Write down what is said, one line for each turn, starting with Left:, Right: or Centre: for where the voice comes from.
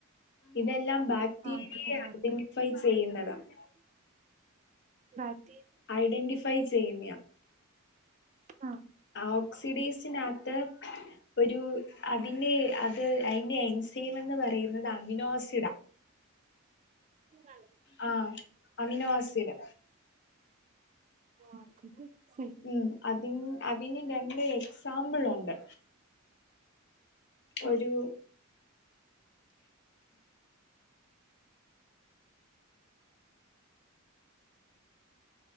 Left: ഇതെല്ലാം ബാക്ടീരിയയെ
Right: ആ ടു മാർക്ക്
Left: ഐഡന്റിഫൈ ചെയ്യുന്നതാണ്
Right: ബാക്ക്
Left: ഐഡന്റിഫൈ ചെയ്യുന്നേ
Right: ആ
Left: ഓക്സീഡസ് സിനകത്ത് ഒരു അതിനെ അത് അയ്നെ എൻസെം എന്ന് പറയുന്നത് അമിനോസിഡ
Right: നെ
Left: ആ അമിനോ ആസിഡ്
Right: ആസിഡ് എൻസൈം
Left: ഉം അതിന് അതിന് രണ്ട് സാമ്പിൾ ഉണ്ട്
Right: ആ
Left: ഒരു